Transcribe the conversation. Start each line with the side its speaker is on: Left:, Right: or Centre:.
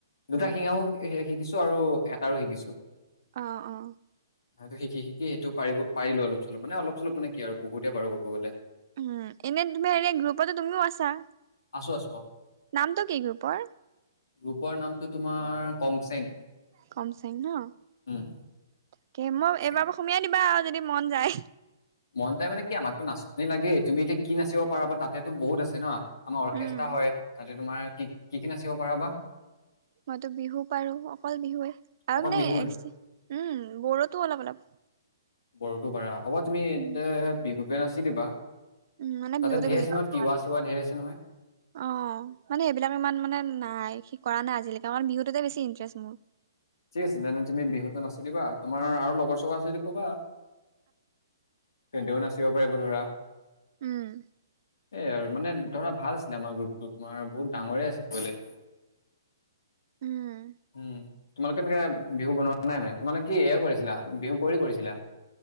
Left: দুটা শিঙাও শিকিছোঁ আৰু এটাৰো শিকিছোঁ।
Right: অ', অ।
Left: সেইটো শিকি শিকি এইটো পাৰ পাৰিলো অলপ চলপ, মানে অলপ চলপ মানে কি আৰু? বহুতেই পাৰো ক'ব গ'লে।
Right: উম, এনেই তুমি হেৰি, গ্ৰুপতো তুমিও আছা।
Left: আছো আছো, অ'।
Right: নামটো কি গ্ৰুপৰ?
Left: গ্ৰুপৰ নামটো তোমাৰ কংচেং।
Right: কংচেং ন',
Left: উম,
Right: তাকে মই
Left: কংচেং
Right: এইবাৰ পৰা সুমিয়াই দিবা। যদি মন যায়।
Left: মন যায় মানে কি? আমাকতো নাচনি লাগেই, তুমি এতিয়া কি নাচিব পাৰা বা, তাতেতো বহুত আছে ন'। আমাৰ অৰ্কেষ্ট্ৰা
Right: উম
Left: হয়, তাতে তোমাৰ কি, কি কি নাচিব পাৰা বা?
Right: মইতো বিহু পাৰো, অকল বিহুৱেই আৰু
Left: অকল
Right: মানে
Left: বিহুৱে
Right: এক উম, বড়োতো অলপ অলপ।
Left: বড়োটো পাৰা, হ'ব তুমি এ
Right: উম
Left: বিহুটোৱেই নাচি দিবা।
Right: উম, মানে
Left: তাতে
Right: বিহুতটো
Left: ঢেৰ
Right: বেছিকৈ
Left: আছে নহয় তিৱা
Right: ভাল,
Left: চিৱা ঢেৰ আছে নহয়
Right: অ', মানে এইবিলাক ইমান মানে না নাই, সি কৰা নাই আজিলৈকে, আমাৰ বিহুটোতেই বেছি ইণ্টাৰেষ্ট মোৰ।
Left: ঠিক আছে তেনেহ'লে, তুমি বিহুটো নাচি দিবা, তোমাৰ আৰু লগৰ চগৰ আছে যদি ক'বা। তেহেটিও নাচিব পাৰিব ধৰা।
Right: উম।
Left: এই আৰু, মানে ধৰা, ভাল আছিলে আমাৰ গ্ৰুপটো তোমাৰ, বহুত ডাঙৰেই আছিলে বোলে।
Right: উম
Left: উম। তোমালোকে এনেকে বিহু বনোৱা নাই মানে, তোমালোকে কি এয়া কৰিছিলা? বিহু কুঁৱৰী কৰিছিলা।